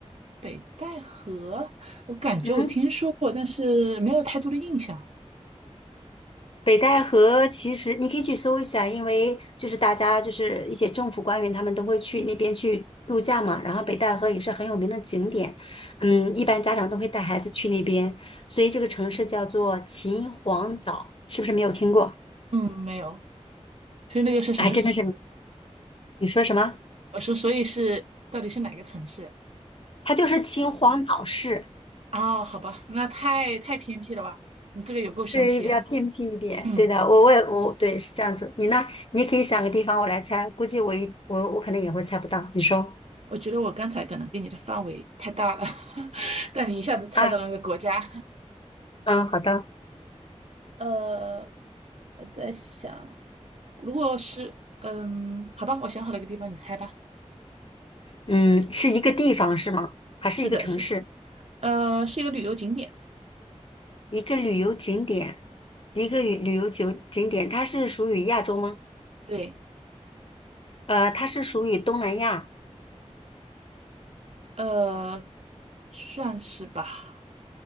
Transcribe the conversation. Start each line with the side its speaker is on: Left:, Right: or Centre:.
Right: 北戴河，我感觉我听说过，
Left: 嗯，
Right: 但是没有太多的印象。
Left: 北戴河其实你可以去搜一下，因为就是大家就是一些政府官员他们都会去那边去度假嘛。然后北戴河也是很有名的景点，嗯，一般家长都会带孩子去那边，所以这个城市叫做秦皇岛，是不是没有听过？
Right: 嗯，没有。所以那个是什么城？
Left: 哎，真的是，你说什么？
Right: 我说，所以是到底是哪个城市呀？
Left: 它就是秦皇岛市。
Right: 啊，好吧，那太太偏僻了吧？你这个也够生僻啊。
Left: 对，是比较偏僻一点。
Right: 嗯，
Left: 对的，我我也我对是这样子。你呢？你可以想个地方，我来猜。估计我一我我可能也会猜不到。你说
Right: 我觉得我刚才可能给你的范围太大了，<laughs> 但你一下子猜到了那个国家。
Left: 啊，嗯，好的，
Right: <laughs> 呃，我在想，如果是，嗯，好吧，我想好了一个地方，你猜吧。
Left: 嗯，是一个地方是吗？还是一个城市？
Right: 是的，是的，呃，是一个旅游景点，
Left: 一个旅游景点？一个旅旅游景景点，它是属于亚洲吗？
Right: 对，
Left: 呃，它是属于东南亚，
Right: 呃，算是吧。